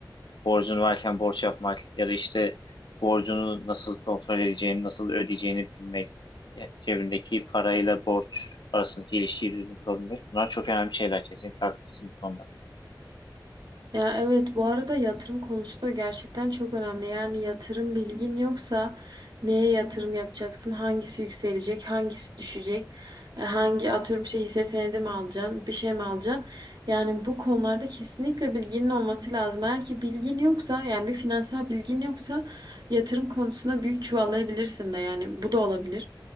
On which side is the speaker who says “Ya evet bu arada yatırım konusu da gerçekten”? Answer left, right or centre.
Right